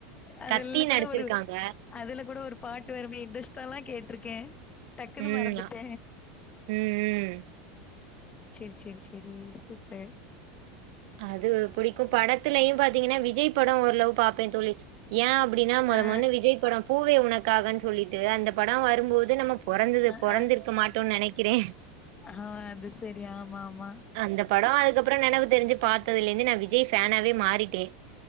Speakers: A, on the left (about 25°); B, on the right (about 65°).
A: அதுல்ல
B: கத்தி
A: கூட
B: நடிச்சிருக்காங்க
A: ஒரு அதுல கூட ஒரு பாட்டு வருமே இன்ரெஸ்டால்லா கேட்ருக்கே டக்குன்னு
B: ம்
A: மறந்துட்ட
B: ம் ம்
A: செரி செரி செரி சூப்பர்
B: அது புடிக்கு படத்துலேயு பாத்தீங்கன்னா விஜய் படம் ஓரளவு பார்ப்ப தோழி ஏய அப்டின்னா மொத
A: ஆ
B: மொனு விஜய் படம் பூவே உனக்காகன்னு சொல்லிட்டு அந்த படம் வரும் போது நம்ம பொறந்தது
A: ஆ
B: பொறந்திருக்க
A: ஆ
B: மாட்டோன் நெனைக்கிற
A: ஆ அது செரி ஆமா ஆமா
B: அந்த பட அதுக்கப்ர நெனவு தெரிஞ்சு பார்த்ததுலேருந்து நா விஜய் ஃபேனாவே மாறிட்டே